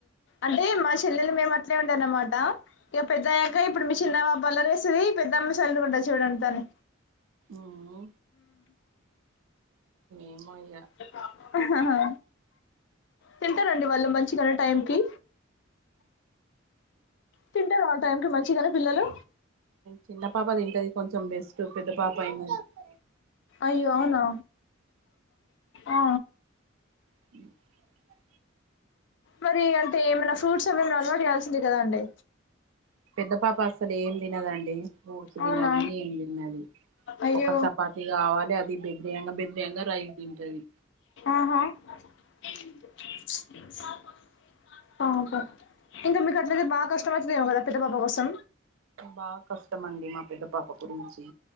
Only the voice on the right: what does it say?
ఔనా ఏమోయి
చిన్న పాప తింటది కొంచెం బెస్ట్ పెద్ద పాప అయినది
<inaudible>
పెద్ద పాప అస్సలు ఏం తినదండి ఫ్రూట్స్ తినదు
ఏం తిన్నది
ఒక చపాతి కావాలి అది బెద్రేయంగా బెద్రేయంగా రైస్ తింటది
బా కస్టమండి మా పెద్ద పాప గురించి